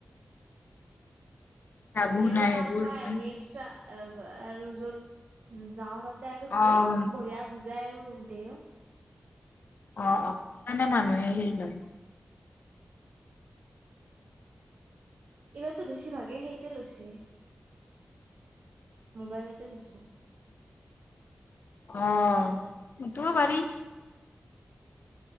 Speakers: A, on the left; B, on the right.
A: ভাবো
B: বাকী আৰু
A: নাই
B: তাৰ
A: এইবোৰ
B: পৰা
A: ইমান
B: আহি এক্সট্ৰা আৰু য'ত উ যাও তাতে আৰু
A: অ',
B: দেই বঢ়িয়া গুজ যায় আৰু দেওঁ
A: অঁ অঁ সেইকাৰণেহে মানুহে হেৰি নকৰে
B: এই বাৰ্তা বেছি বেছি ভাগে সেইতে লৈছে মোবাইলতে লৈছে
A: আঁহ তোমাৰ পাৰি